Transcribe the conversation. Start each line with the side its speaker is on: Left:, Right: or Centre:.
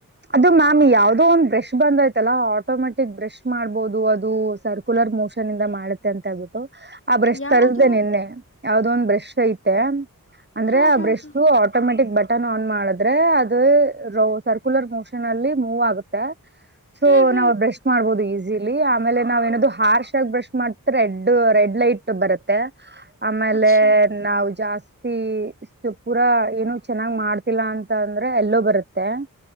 Right: ಅದು ಮ್ಯಾಮ್ ಯಾವದೋ ಒಂದ್ ಬ್ರಷ್ ಬಂದಯ್ತಲ್ಲಾ ಆಟೋಮೆಟಿಕ್ ಬ್ರಷ್ ಮಾಡ್ಬೋದು ಅದು ಸರ್ಕ್ಯುಲರ್ ಮೋಷನ್ ಇಂದ ಮಾಡುತ್ತೆ ಅಂತ ಹೇಳ್ಬಿಟ್ಟು ಆ ಬ್ರಶ್
Left: ಯಾವುದು
Right: ತರಿಸಸ್ದ ನಿನ್ನೆ ಯಾವ್ದ ಒಂದ್ ಬ್ರಷ್ ಐತೆ ಅಂದ್ರೆ
Left: ಹಾ
Right: ಆ
Left: ಹಾ
Right: brush
Left: ಹಾ
Right: automatic button on ಮಾಡಿದ್ರೆ ಅದು ರೋ ಸರ್ ಸರ್ಕ್ಯುಲರ್ ಮೋಷನ್ ಅಲ್ಲಿ ಮೂವ್ ಆಗುತ್ತೆ ಸೊ
Left: ಹ್ಮ್ ಹ್ಮ್
Right: ನಾವ ಬ್ರಷ್ ಮಾಡ್ಬಹದು ಈಸಿಲಿ ಆಮೇಲೆ ನಾವ್ ಏನಾದೂ ಹಾರ್ಷ್ ಆಗಿ ಬ್ರಶ್ ಮಾಡ್ತೆ ರೆಡ್ ರೆಡ್ ಲೈಟ್ ಬರುತ್ತೆ ಆಮೇಲೆ
Left: ಅಚ್ಚಾ
Right: ನಾವು ಜಾಸ್ತಿ ಜಾಸ್ತಿ ಪೂರಾ ಏನು ಚೆನ್ನಾಗ್ ಮಾಡ್ತಿಲ್ಲ ಅಂತ ಅಂದ್ರೆ ಎಲ್ಲೋ ಬರುತ್ತೆ